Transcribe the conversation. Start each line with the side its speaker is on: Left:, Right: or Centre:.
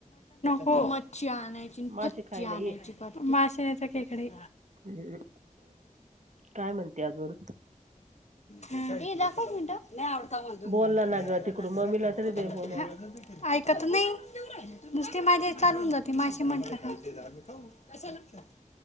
Left: हो मच्छी आणायची,
Right: मासे
Left: मच्छीची
Right: खायला
Left: आणायची, मासे नाही तर खेकडे.
Right: हम्म काय म्हणते अजून?
Left: मी दाखवू मिनटं. <unintelligible>
Right: बोलला ना ग तिकडून मम्मीला तरी दे बोलायला
Left: <unintelligible> ऐकत नाही <unintelligible> त माझे चालून जाती. माशी म्हटलं ना